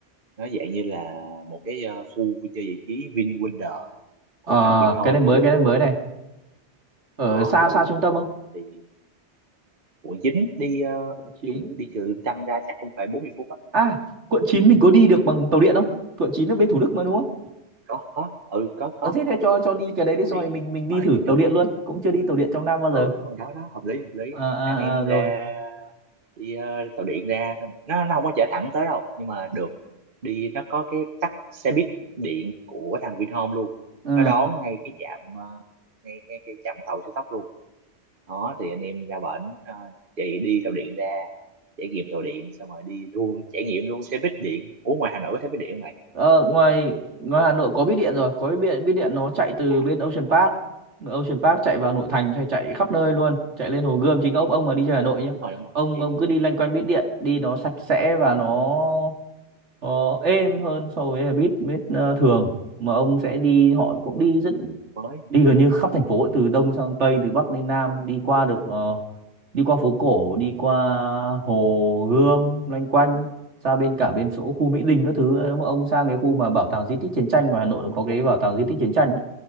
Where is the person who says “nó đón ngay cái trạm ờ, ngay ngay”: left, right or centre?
Right